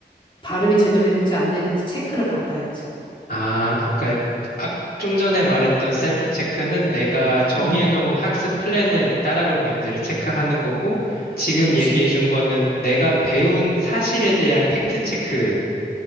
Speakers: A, on the left (about 25°); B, on the left (about 55°).
A: 발음이 제대로 되는지 안 되는지 체크를 받아야지.
B: 아, 그러니까 아, 좀 전에 말했던 셀프 체크는 내가 정해놓은
A: 응,
B: 학습 플랜을 따라가고 있는지를 체크하는 거고, 지금
A: 그치,
B: 얘기해준 거는 내가 배운 사실에 대한 팩트 체크하는